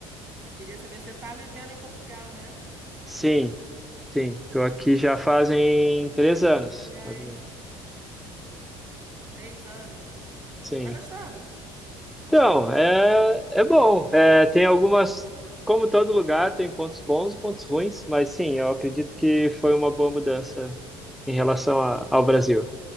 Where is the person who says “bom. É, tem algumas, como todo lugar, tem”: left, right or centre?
Centre